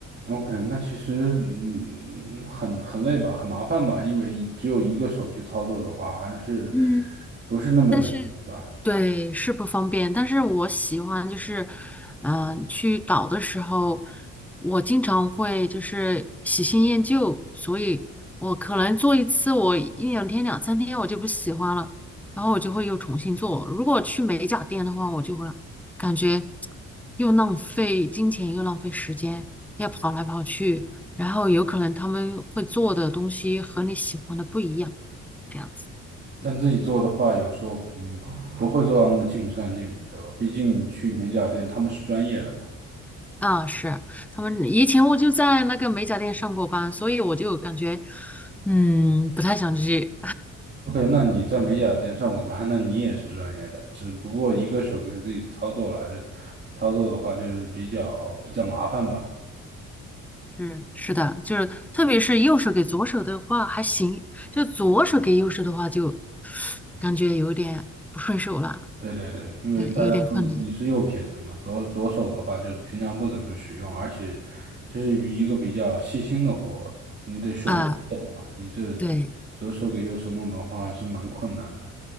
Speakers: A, on the right; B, in the centre.
A: OK，那其实嗯，很很累吧，很麻烦吧，因为一只有一个手去操作的话，还是
B: 嗯，
A: 不是那么容易吧？
B: 但是，对，是不方便。但是我喜欢就是，嗯、去搞的时候，我经常会就是喜新厌旧，所以我可能做一次，我一两天、两三天我就不喜欢了，然后我就会又重新做。如果去美甲店的话，我就会感觉又浪费金钱，又浪费时间，要跑来跑去，然后有可能他们会做的东西和你喜欢的不一样，这样子。
A: 但自己做的话，有时候嗯不会做到那么尽善尽美，对吧？毕竟你去美甲店，他们是专业的嘛。
B: 啊，是他们以前我就在那个美甲店上过班，所以我就感觉，嗯，不太想去。
A: OK，那你在美甲店上过班，那你也是专业的，只不过一个手给自己操作来操作的话，就是比较比较麻烦吧。
B: 是是的，就是特别是右手给左手的话还行，就左手给右手的话就感觉有点不顺手了，
A: 对对对，因为大家都是你是右撇子嘛，
B: 对，有点困难
A: 左左手的话就是平常不怎么使用，而且这是一个比较细心的活，你得手不抖嘛，
B: 啊。
A: 你这
B: 对
A: 左手给右手弄的话是蛮困难的。